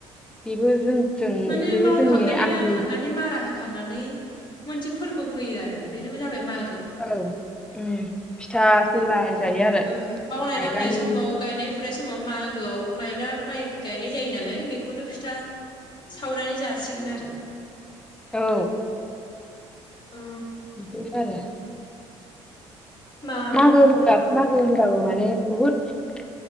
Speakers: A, in the centre; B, on the left.
A: बेबो जों जों
B: माने
A: बेबो
B: मावखांनानै
A: जोंनि आंगो
B: लांखांनानै मारा हो खांनानै मोनसे फोरबो फैयो आरो बेनो जाबाय मा
A: औ उम फिथा सौराय जायो आरो
B: ओ मावनाय
A: माइब्रानि
B: दांनाय समाव गायनाय फुनाय समाव मा मागोआव माइब्रा माइ गायनाय जायो नालाय बेखौनो फिथा सावनानै जासिगोन आरो
A: औ
B: अ
A: बि आरोे
B: मा
A: मागो होनबा
B: मा
A: मागो होन बाबो माने बुहुत